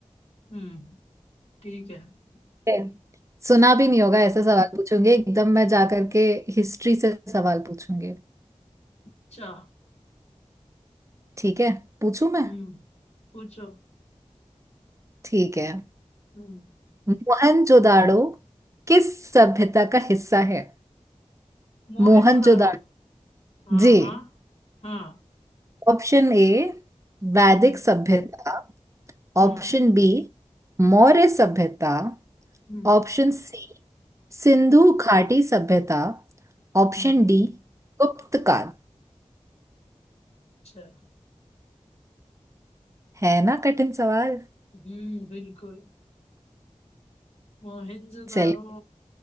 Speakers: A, on the left (about 65°); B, on the right (about 25°).
A: हम्म ठीक है हम्म,
B: ठीक है। सुना भी नहीं होगा ऐसा सवाल पूछूंगी एकदम मैं जा करके हिस्ट्री से सवाल पूछूंगी
A: अच्छा
B: ठीक है पूछूं मैं
A: हम्म पूछो
B: ठीक है
A: हम्म
B: मोहनजोदाड़ो किस सभ्यता का हिस्सा है
A: मोहनजोदारो
B: मोहनजोदाड़ो
A: हाँ
B: जी
A: हाँ हाँ
B: ऑप्शन ए वैदिक
A: हम्म
B: सभ्यता
A: हम्म
B: ऑप्शन बी मौर्य सभ्यता
A: हम्म
B: ऑप्शन सी सिंधु घाटी सभ्यता ऑप्शन
A: हम्म
B: डी गुप्त काल
A: चलो
B: है ना कठिन सवाल
A: हम्म बिल्कुल मोहनजोदारो
B: चल